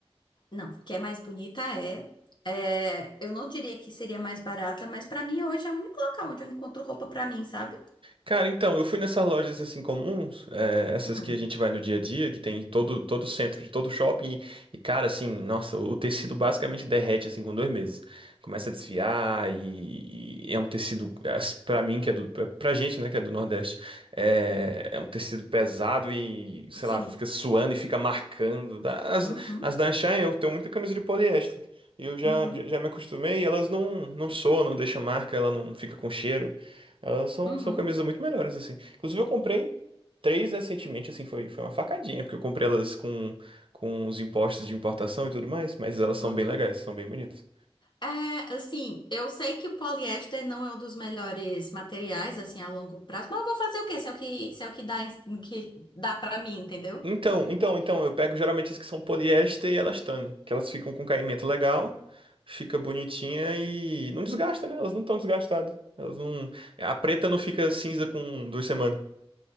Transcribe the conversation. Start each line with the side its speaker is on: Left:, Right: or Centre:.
Left: Não, o que é mais bonita é, é, Eu não diria que seria mais barata, mas pra mim hoje é o único local onde eu encontro roupa pra mim, sabe?
Right: Cara, então, eu fui nessas lojas assim comuns, eh, essas
Left: Hum,
Right: que a gente vai no dia a dia, que tem em todo todo centro de todo shopping, e, e, cara, assim, nossa, o, tecido basicamente derrete assim com dois meses. Começa a desfiar e, e é um tecido, as- pra mim que é do, pra, pra gente, né, que é do Nordeste, é, é um tecido pesado e, sei
Left: sim.
Right: lá, fica suando e fica marcando. Da- As,
Left: Uhum,
Right: as da Anshan, eu tenho muita camisa de poliéster. Eu já,
Left: uhum,
Right: já já me acostumei, elas não, não soam, não deixam marca, ela não fica com cheiro. Elas são,
Left: uhum,
Right: são camisas muito melhores, assim. Inclusive, eu comprei três recentemente, assim, foi, foi uma facadinha, porque eu comprei elas com, com os impostos de importação e tudo mais, mas elas são
Left: uhum,
Right: bem legais, são bem bonitas.
Left: É, assim, eu sei que o poliéster não é um dos melhores materiais, assim, a longo prazo, mas eu vou fazer o quê? Se é o que, se é o que dá, em- que dá pra mim, entendeu?
Right: Então, então, então, eu pego geralmente as que são poliéster e elastano, que elas ficam com caimento legal, fica bonitinha e não desgasta, né? Elas não estão desgastadas. Elas não. A preta não fica cinza com duas semanas.